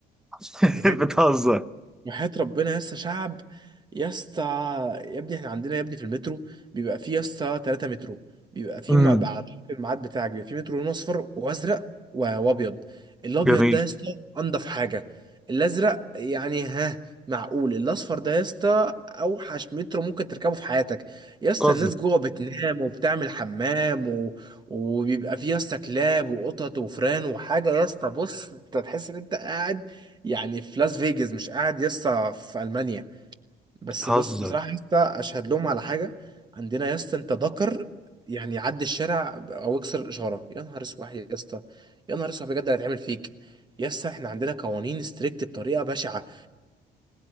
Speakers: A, in the centre; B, on the right.
A: <laughs>
B: <laughs> بجد
A: بتهزر
B: وحياة ربنا يا اسطى شعب يا اسطى يا ابني احنا عندنا يا ابني في المترو بيبقى فيه يا اسطى 3 مترو بيبقى فيه
A: امم
B: ما بعد الميعاد بتاعك بيبقى فيه مترو لون اصفر وازرق و- وابيض الابيض
A: جميل
B: ده يا اسطى انضف حاجه الازرق يعني ها معقول الاصفر ده يا اسطى اوحش مترو ممكن تركبه في حياتك يا اسطى
A: بتهزر
B: الناس جوه بتنام وبتعمل حمام و... وبيبقى فيه يا اسطى كلاب وقطط وفران وحاجه يا اسطى بص انت تحس ان انت قاعد يعني في لاس فيجاس مش قاعد يسطا في المانيا بس
A: بتهزر
B: بس بصراحه يسطا اشهد لهم على حاجه عندنا يسطا انت ذكر يعني عدي الشارع او اكسر الاشاره يا نهار اسود يا اسطى يا نهار اسود بجد اللي هيتعمل فيك يا اسطى احنا عندنا قوانين ستريكت بطريقه بشعه